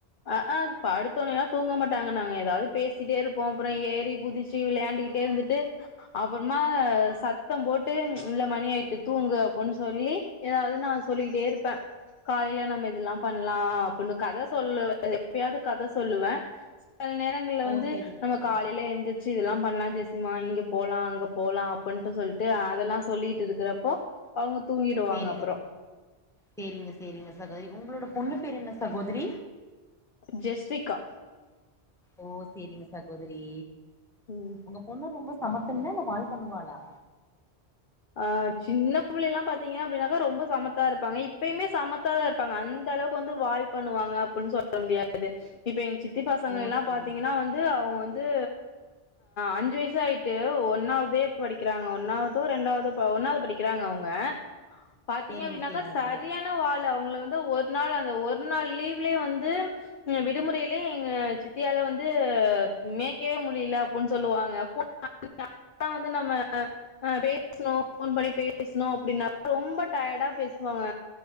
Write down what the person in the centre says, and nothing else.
ஓ
சேரிங்க
சேரிங்க
சேரிங்க
சேரிங்க சோரிங்க சகோதரி உங்களோட பொண்ணு பேரு என்ன சகோதரி
ஓ சேரிங்க சகோதரி
உங்க பொண்ணு ரொம்ப சமத்துங்ளா இல்ல வால் பண்ணுவாளா
ஓ
சேரிங்
சேரிங்க
சேரிங்க
சகோதரி